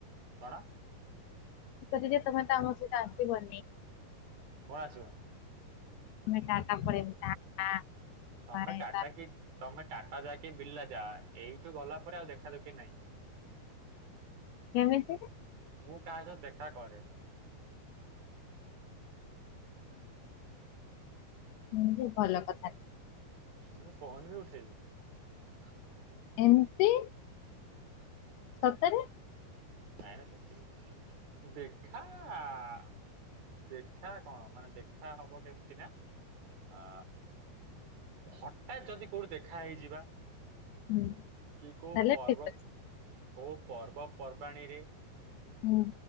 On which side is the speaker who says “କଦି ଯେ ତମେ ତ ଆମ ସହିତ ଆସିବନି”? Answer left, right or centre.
Left